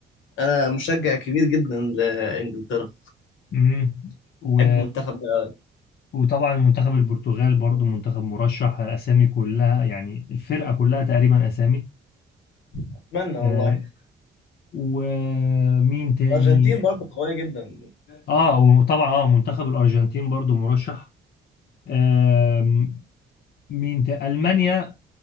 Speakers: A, on the left; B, on the left.
A: انا مشجع كبير جدا لانجلترا
B: مم. و...
A: بحب المنتخب ده أوي.
B: وطبعا منتخب البرتغال برضو منتخب مرشح اسامي كلها يعني الفرقة كلها تقريبا اسامي
A: اتمنى
B: آه،
A: والله
B: ومين تاني
A: الارجنتين برضه قويه جدا
B: اه وطبعا اه منتخب الارجنتين برضو مرشح آم، مين تاني المانيا